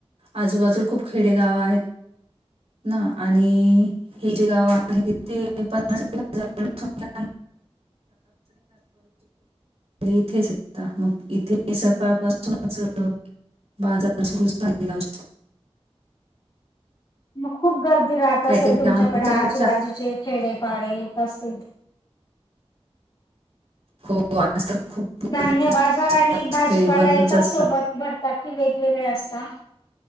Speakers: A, on the right; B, on the left.
A: आजूबाजू खूप खेडेगाव आहेत. ना आणि हे जे गाव आहे तिथे पनना हजार लोकसख्या. इथेच. आता मग इथे सकाळपासूनच बाजार सुरूच झालेला असतो
B: <inaudible> खूप गर्दी राहत
A: काही-काही
B: असेल तुमच्याकडे
A: गावांना कसं
B: आजूबाजूचे खेडेपाडे कसतील
A: हो, आज तर खूप गर्दी
B: धान्य
A: अस-
B: बाजार आणि भाजीपाला
A: असते, बंदच
B: एकाच
A: असतात.
B: सोबत भरतात की वेगवेगळे असतात